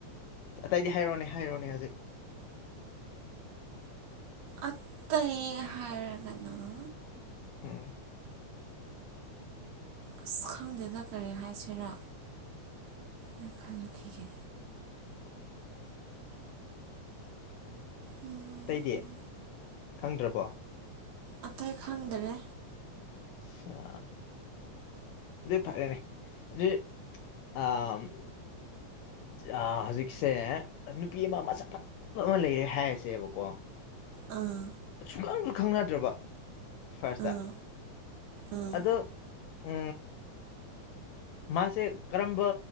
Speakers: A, on the left (about 80°); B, on the right (about 70°).
A: ꯑꯇꯩꯗꯤ ꯍꯥꯏꯔꯣꯅꯦ ꯍꯥꯏꯔꯣꯅꯦ ꯍꯧꯖꯤꯛ
B: ꯑꯠꯇ ꯍꯥꯏꯔꯒꯅ
A: ꯎꯝ
B: ꯑꯁ ꯈꯪꯗꯦꯗ ꯀꯔꯤ ꯍꯥꯏꯁꯤꯔꯥ ꯑꯩ ꯈꯜꯂꯨꯈꯤꯒꯦ ꯎꯝ
A: ꯑꯇꯩꯗꯤ
B: ꯎꯝ
A: ꯈꯪꯗ꯭ꯔꯕꯣ
B: ꯑꯇꯩ ꯈꯪꯗꯔꯦ
A: ꯑꯆꯥ ꯑꯗꯨꯗꯤ ꯐꯔꯦꯅꯦ ꯑꯗꯨ ꯑ ꯍꯧꯖꯤꯛꯁꯦ ꯅꯨꯄꯤ ꯑꯃ ꯃꯆꯥ ꯐꯠ ꯑꯃ ꯂꯩꯔꯦ ꯍꯥꯏꯔꯁꯦꯕꯀꯣ
B: ꯑꯥ
A: ꯁꯨꯡꯈꯪꯁꯨ ꯈꯪꯅꯗ꯭ꯔꯕ ꯐꯥꯔꯁꯇ
B: ꯑꯥ ꯑꯥ
A: ꯑꯗꯣ ꯎ ꯃꯥꯁꯦ ꯀꯔꯝꯕ